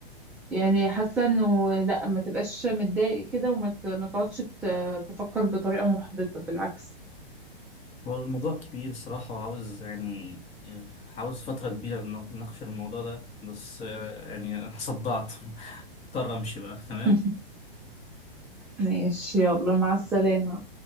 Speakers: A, in the centre; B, on the left.
A: يعني حاسه انه لا ما تبقاش متضايق كده وما ت- ما تقعدش ت- تفكر بطريقه محبطه بالعكس
B: هو الموضوع كبير الصراحة وعاوز يعني آه، عاوز فترة كبيرة نناقش الموضوع ده بس آه، يعني أنا <laughs> صدعت مضطر أمشي بقى تمام
A: <laughs> ماشي يلا مع السلامه